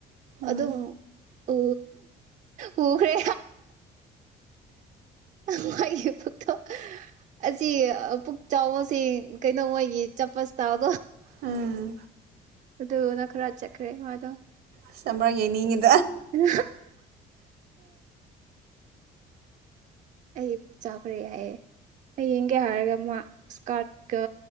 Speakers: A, on the right; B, on the right.
A: ꯎꯝ
B: ꯑꯗꯨ ꯑꯗꯨ ꯎ ꯎꯈ꯭ꯔꯦ ꯃꯣꯏꯒꯤ ꯄꯨꯣ ꯑꯁꯤ ꯄꯨꯛ ꯆꯥꯎꯕꯕꯁꯤ ꯀꯩꯅꯣ ꯃꯣꯏꯒꯤ ꯆꯄꯁ ꯇ ꯑꯣ
A: ꯎꯝ
B: ꯑꯗꯨꯅ ꯈꯔ ꯆꯠꯈ꯭ꯔꯦ ꯃꯥꯗꯣ
A: ꯆ꯭ꯔꯦ
B: ꯎ ꯑꯩꯠ ꯆꯥꯎꯥꯈ꯭ꯔꯦ ꯌꯥꯏꯑꯌꯦꯦ ꯍ ꯌꯦꯡꯒꯦ ꯍꯥꯏꯔꯒ ꯃꯥ ꯏꯁꯀꯥꯔꯠꯀ